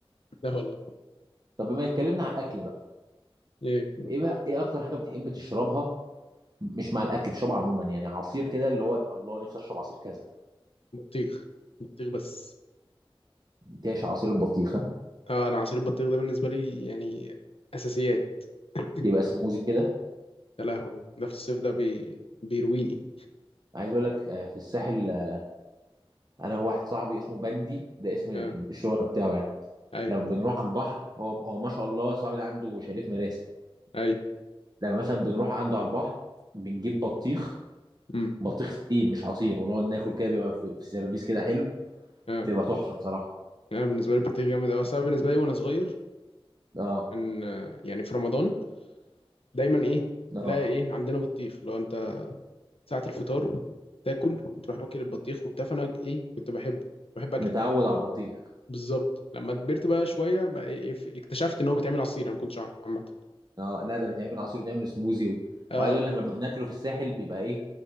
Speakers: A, on the left; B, on the right.
A: لا والله
B: طب بما اتكلمنا على الاكل بقى
A: ايه
B: ايه بقى ايه اكتر حاجه بتحب تشربها مش مع الاكل بتشربها عموما يعني عصير كده اللي هو الله نفسي اشرب عصير كذا
A: بطيخ بطيخ بس
B: تعشى عصير البطيخ
A: طبعا انا عصير البطيخ ده بالنسبه لي يعني اساسيات <clears throat>
B: يبقى سموزي كده
A: يا لهوي ده في الصيف ده بي... بيرويني
B: عايز اقول لك آه، في الساحل آه، انا واحد صاحبي اسمه بندي ده اسم
A: اه
B: الشهرة بتاعه يعني
A: ايوه
B: لما بنروح على البحر هو هو ما شاء الله صاحبي ده عنده شاليه في مراسي
A: ايوه
B: لما مثلا بنروح عنده على البحر بنجيب بطيخ
A: امم
B: بطيخ سليم مش عصير ونقعد ناكل كده بيبقى في, في سيرفيس كده حلو
A: اه
B: تبقى تحفة بصراحة
A: انا بالنسبه لي البطيخ جامد قوي انا بالنسبه لي وانا صغير
B: اه
A: كان آه، يعني في رمضان دايما ايه
B: اه
A: تلاقي ايه عندنا بطيخ لو انت ساعه الفطار تاكل وتروح واكل البطيخ وبتاع فانا ايه كنت بحبه بحب اكله
B: متعود على البطيخ
A: بالظبط لما كبرت بقى شويه بقى إيه إيه، اكتشفت ان هو بيتعمل عصير انا ما كنتش اعرف عامه
B: اه لا ده بيتعمل عصير بيتعمل سموزي و...
A: اه
B: وعايز اقول لك لما بناكله في الساحل بيبقى ايه